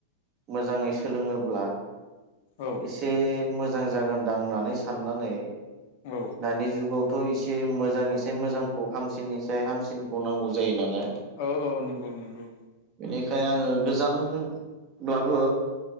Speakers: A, on the right; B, on the left.
A: मोजाङै सोलोङोब्ला
B: औ
A: एसे मोजां जागोनदां होननानै साननानै
B: औ
A: दानि जुगाव थ' एसे मोजांनिसाय मोजांखौ हामसिननिसाय हामसिनखौ नांगौ जायो नालाय
B: औ औ नंगौ नंगौ
A: बेनिखाय आङो गोजानब्लाबो